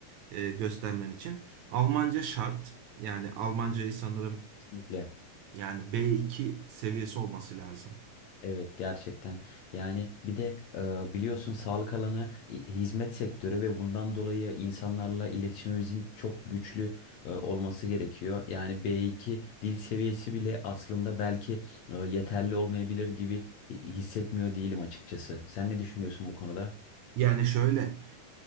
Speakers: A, on the right; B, on the left.
A: e, göstermen için. Almanca şart. Yani Almancayı sanırım
B: kesinlikle.
A: yani B2 seviyesi olması lazım.
B: Evet gerçekten yani bir de e, biliyorsun sağlık alanı hi- hizmet sektörü ve bundan dolayı insanlarla iletişimimizin çok güçlü e, olması gerekiyor. Yani B2 dil seviyesi bile aslında belki e, yeterli olmayabilir gibi hi- hissetmiyor değilim açıkçası. Sen ne düşünüyorsun bu konuda?
A: Yani şöyle